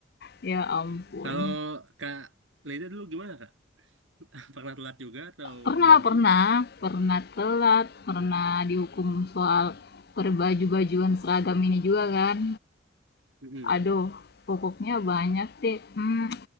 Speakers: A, on the left (about 50°); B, on the right (about 80°).
A: Ya ampun.
B: kalau kak Leda dulu gimana kak <laughs> Pernah telat juga atau
A: Pernah
B: dihukum?
A: pernah pernah telat, pernah dihukum soal berbaju-bajuan seragam ini juga kan?
B: Mm-mm.
A: Aduh, pokoknya banyak deh. Hmm,